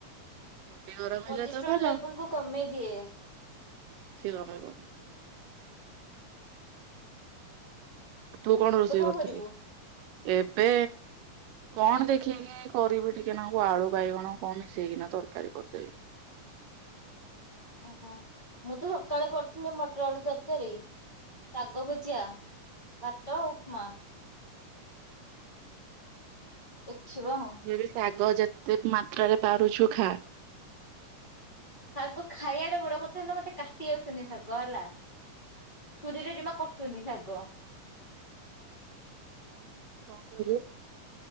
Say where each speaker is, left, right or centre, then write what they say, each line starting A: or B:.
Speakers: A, on the right; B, on the left.
A: ବଡି ଗରମ ହେଲେ
B: ପଜିଷ୍ଟ୍ରନ୍
A: ତ ଭଲ
B: ଲେବୁଲ କୁ କମେଇ ଦିଏ
A: ସେ କମେଇବ। ତୁ କଣ
B: ଏବେ
A: ରୋଷେଇ କରୁଥିଲୁ?
B: କରିବୁ?
A: ଏବେ କଣ ଦେଖେଇକି କରିବି ଟିକେ ନାକୁ ଆଳୁ ବାଇଗଣ କଣ ମିଶେଇକି ନା ତରକାରୀ କରିଦେବି।
B: ଓହୋ ମୁଁ ତ ସକାଳେ କରିୁଥିଲି ମଟର ଆଳୁ ତରକାରୀ। ଶାଗ ଭଜା ଭାତ ଉପମା। ଏଖିବାଁ ଆଉ।
A: <unintelligible> ଶାଗ ଯେତେ ମାତ୍ରାରେ ପାରୁଛୁ ଖା।
B: ଶାଗ ଖାଇବାଟେ ବଡ କଥା ହେଲା ମତେ କାଟି ଆସନି ଶାଗ ହେଲା ଛୁରୀରେ ଜମା କ ଟୁନି ଶାଗ।
A: କଣ କହିଲୁ?